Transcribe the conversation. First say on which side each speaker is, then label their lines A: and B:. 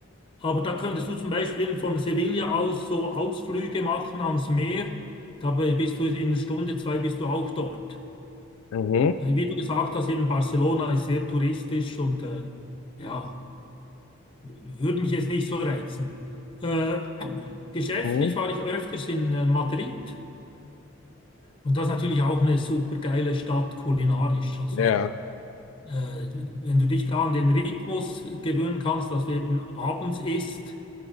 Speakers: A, on the left; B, on the left.
A: Aber da könntest du zum Beispiel von Sevilla aus so Ausflüge machen ans Meer. Dabei bist du in einer Stunde, zwei bist du auch dort.
B: Mhm.
A: Weil wie du gesagt hast, eben Barcelona ist sehr touristisch und äh, ja, würde mich jetzt nicht so reizen. Äh, geschäftlich
B: Mhm.
A: war ich öfters in äh, Madrid und das ist natürlich auch eine super geile Stadt kulinarisch. Also
B: Ja.
A: äh, wenn du dich da an den Rhythmus gewöhnen kannst, dass du eben abends isst